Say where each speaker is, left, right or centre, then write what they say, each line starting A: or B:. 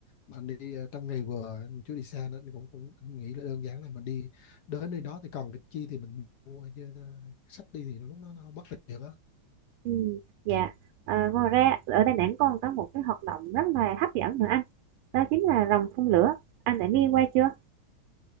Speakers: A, on the left (about 70°); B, on the right (about 85°).
A: mà anh đi ờ, trong ngày vừa anh chưa đi xa nên anh cũng cũng anh nghĩ là đơn giản là mình đi đến nơi đó thì cần cái chi thì mình mua chứ ờ, sách đi thì lúc đó nó bất tiện á
B: Ừ, dạ. À, ngoài ra ở Đà Nẵng còn có một cái hoạt động rất là hấp dẫn nữa anh đó chính là rồng phun lửa anh đã nghe qua chưa